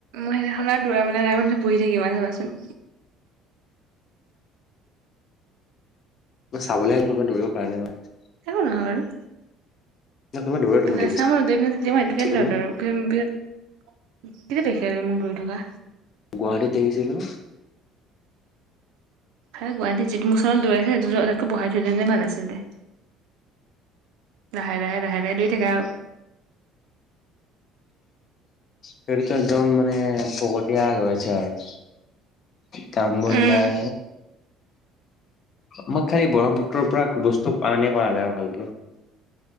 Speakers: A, on the right; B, on the left.
A: মই সেইদিনাখন আৰু দৌৰা মানে নাই মানহ পুহি থাকিমা চাবাচোন।
B: চাবলৈ হেনক কৰিব দৌৰিব কাৰণে নহয়।
A: কব নহয় বাৰু।
B: ন কোনোবা দৌৰে তো মই
A: ন চামানোম ন তেমইিতো
B: দেখিছিলো
A: কেডৰ
B: ন
A: <unintelligible> কেতিয়া দেখি আে মোক দৌৰি থকা।
B: গুৱাহাটীত দেখিছিলো।
A: গুৱাহাটী যিটো মোৰ চানত দৌৰা আছে সেইটো তো বহাই থৈলেনে যে ভাল আছিল। লাহে, লাহে লাহে, লাহে দৌৰি থাকা আৰু।
B: সেইটোতো একদম মানে ফকতিয়া ৰৈছে আৰু।
A: <inaudible>
B: কাম বন
A: উম
B: নাই। মই খালী ব্ৰহ্মপুত্ৰ ৰ পৰা বস্তু আনিয়ে কৰালে আৰু ভালকে।